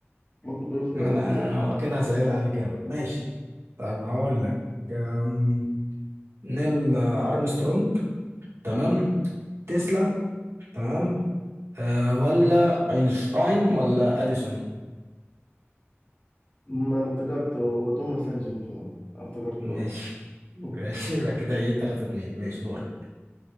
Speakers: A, on the left (about 25°); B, on the right (about 65°).
A: ممكن تقول اختيارات
B: انا
A: كده
B: كده هسهل عليك أوي ماشي طب هقول لك أم، نيل آه، أرمسترونج تمام تسلا تمام أه ولا اينشتاين ولا اديسون
A: ما انا افتكرت هو توماس اديسون فعلا افتكرته
B: ماشي
A: مم.
B: ماشي يبقى كده ايه 3 2 ماشي دورك